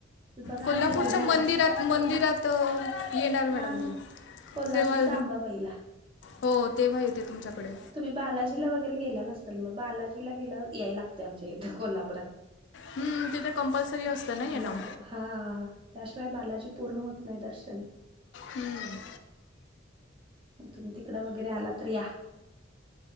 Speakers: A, on the right (about 25°); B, on the left (about 65°).
A: बघा
B: कोल्हापूरच्या
A: आमच्या घरी
B: मंदिरात,
A: या
B: मंदिरात. येणार मॅडम
A: हा
B: मी.
A: हा कोल्हापूरच्या
B: तेव्हा
A: आंबबाईला.
B: हो, तेव्हा येते तुमच्याकडे.
A: तुम्ही बालाजीला वगैरे गेला नसेल म. बालाजीला गेलाव या लागत आमच्या इथ. कोल्हापुरात.
B: हम्म, तिथे कंपल्सरी असतं ना येणं
A: या हा. त्याशिवाय बालाजी पूर्ण होत नाही दर्शन.
B: हम्म.
A: कुठून तिकडं वगैरे आला तर या.